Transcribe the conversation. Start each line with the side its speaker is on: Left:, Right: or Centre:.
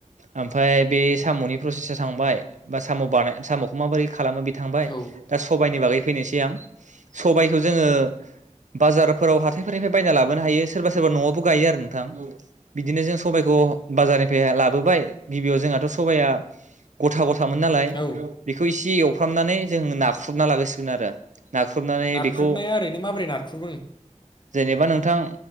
Right: ओमफ्राय बे सामनि प्रसेसा थांबाय बा साम बानाय सामखौ माबोरै खालामो बे थांबाय
Left: औ
Right: दा सबायाइनि बागै फैनोसै आं सबायखौ जोंङो बाजारफोराव हाथायफोरनिफ्राय बायना लाबोनो हायो सोरबा सोरबा नआवबो गायो आरो नोंथां बिदिनो जों सबाइखौ बाजारनिफ्राय लाबोबाय गिबियाव जोंहाथ सबाइआ गथा गथ थामोन नालाय
Left: नोंथां
Right: बेखौ एसे एवफ्रामनानै जों नाख्रुबना लागासिगोन आरो नाख्रुबनानै
Left: नाख्रुबनानै
Right: बेखौ
Left: बेखौ
Right: जेनेबा नोंथां